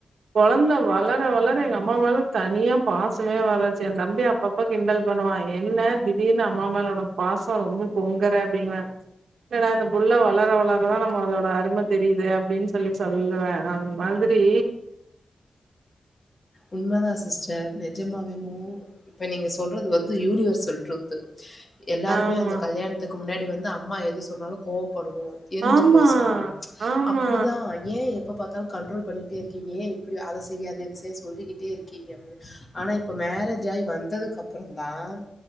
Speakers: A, on the right (about 80°); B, on the left (about 25°).
A: கொழந்த வளர வளர பே எங்க அம்மா மேல தனியா பாசமே வரச்சு எ தம்பி அப்பப்ப கிண்டல் பண்ணுவா என்ன திடீர்னு அம்மா மேல உனக்கு பாசொ ரொம்ப பொங்குற அப்டிங்குற இல்லடா இந்த புள்ள வளர வளரதா நம்ம அதோட அரும தெரியுது அப்டின் சொல்லி சொல்லுவே அந் மாதுரி
B: உண்மதான் சிஸ்டர் நெஜமாவே மூ இப்ப நீங்க சொல்றது வந்து யூனிவர்சல் ட்ரூத் எல்லாருமே
A: ஆமா.
B: அந்த கல்யாணத்துக் அதுக்கு முன்னாடி வந்து அம்மா எது சொன்னாலும் கோபம் படுவோம். எரிஞ்சு
A: ஆமா,
B: பேசுவோம்
A: ஆமா,
B: அப்படிதான் ஏன் எப்ப எப்ப பாத்தாலும் கண்ட்ரோல் பண்ணிட்டே இருக்கீங்க. ஏன் இப்பிடி அத செய்யாத இத செய்யாத சொல்லிக்கிட்டே இருக்கீங்க அப்படின்னு ஆனா இப்போ மேரேஜ் ஆகி வந்ததுக்கு அப்புறம் தான்